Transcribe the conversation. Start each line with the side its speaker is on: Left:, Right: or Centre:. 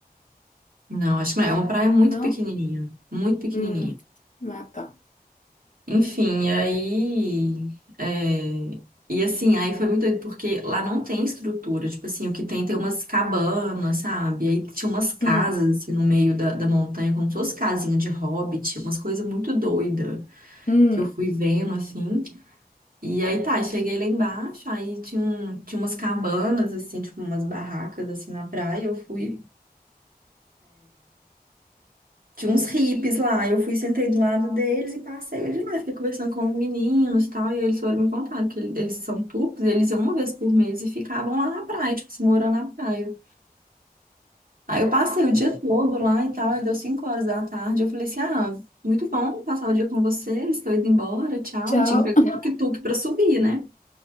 Right: Não, acho que não. É uma praia muito
Left: não?
Right: pequenininha. Muito pequenininha.
Left: Hum, ah, tá.
Right: Enfim, e aí. é, E assim, aí foi muito doido, porque lá não tem estrutura. Tipo assim, o que tem tem umas cabanas, sabe? E aí tinha umas casas,
Left: Hum,
Right: assim, no meio da, da montanha, como se fosse casinha de hobbit, umas coisas muito doidas
Left: hum.
Right: que eu fui vendo, assim. E aí tá, cheguei lá embaixo, aí tinha, um- tinha umas cabanas, assim, tipo umas barracas, assim, na praia. Eu fui. Tinha uns hippies lá. Eu fui, sentei do lado deles e passei de lá. Fiquei conversando com os meninos e tal. E eles foram me contar que ele- eles são turcos e eles iam uma vez por mês e ficavam lá na praia, tipo, se morando na praia. Aí eu passei o dia todo lá e tal. Aí deu 5 horas da tarde. Eu falei assim: ah, muito bom passar o dia com vocês. Estou indo embora, tchau.
Left: Tchau.
Right: E tinha que pegar
Left: <laughs>
Right: um tuk-tuk pra subir, né?